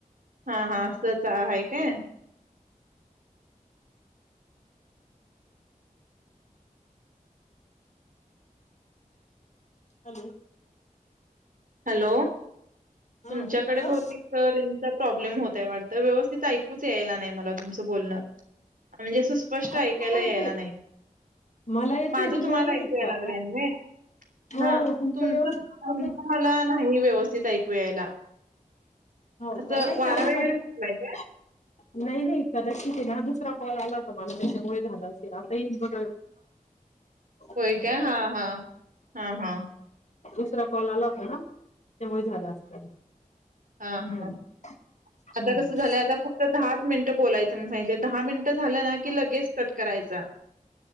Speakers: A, on the right; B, on the left.
A: हा हा असंच हाय काय
B: हॅलो
A: हॅलो
B: हा
A: तुमच्याकडे
B: म्हटलं
A: बहुतेक रें चा प्रॉब्लेम होतोय वाटतं व्यवस्थित ऐकूच यायला नाही मला तुमच बोलण म्हणजे सुपष्ट
B: आता
A: ऐकायला
B: मला
A: यायला
B: येतय.
A: नाही
B: मला येतय
A: माझ तुम्हाला
B: नाही
A: ऐकू
B: येत
A: याय
B: का
A: लागलंय
B: आता? हो
A: ना
B: तुमचं
A: नीट
B: व्यवस्थित तुमचं
A: मला नाही व्यवस्थित ऐकू यायला
B: हाऊ
A: असं
B: का नाही
A: वारा वगैरे
B: <unintelligible>
A: सुटलाय काय
B: नाही नाहीं कदाचित हा दुसरा कॉल आला होता मला त्याच्यामुळे झालं असेल. येईल बघा
A: होय
B: व्यवस्थित
A: काय हा हा हा हा.
B: दुसरा कॉल आला होता ना? च्यामुळे झाल असेल.
A: हां
B: हम्म
A: हा आता
B: हम्म
A: कस झालय आता फक्त दहा मिनटं बोलायचं म्हणून संगितलय दहा मिनट ट झालं ना की लगेच कट करायचा